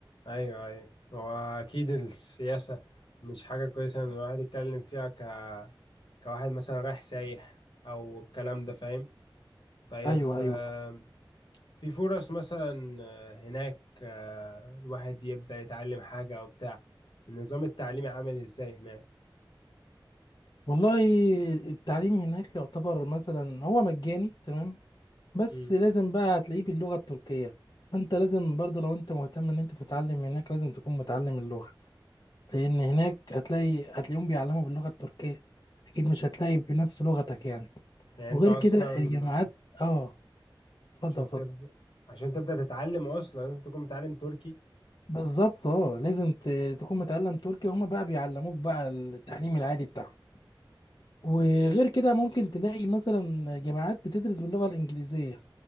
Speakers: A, on the left; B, on the left.
A: أيوه أيوه وأكيد السياسة مش حاجة كويسة إن الواحد يتكلم فيها ك... كواحد مثلا رايح سايح أو الكلام ده فاهم طيب
B: أيوه أيوه
A: آه، في فرص مثلا آه، هناك آه، الواحد يبدأ يتعلم حاجة وبتاع النظام التعليمي عامل ازاي هناك
B: والله التعليم هناك يعتبر مثلا هو مجاني تمام بس
A: مم.
B: لازم بقى هتلاقيه باللغة التركية فانت لازم برضه لو انت مهتم ان انت تتعلم هناك لازم تكون متعلم اللغة لان هناك هتلاقي هتلاقيهم بيعلموا باللغة التركية اكيد مش هتلاقي بنفس لغتك يعني
A: يعني
B: وغير
A: انت اصلا
B: كده الجامعات
A: آه،
B: اه اتفضل
A: عشان
B: اتفضل
A: تبدأ عشان تبدأ تتعلم اصلا لازم تكون متعلم تركي
B: بالظبط اه لازم ت- تكون متعلم تركي هما بقى بيعلموك بقى التعليم العادي بتاعهم وغير كده ممكن تلاقي مثلا جامعات بتدرس باللغة الإنجليزية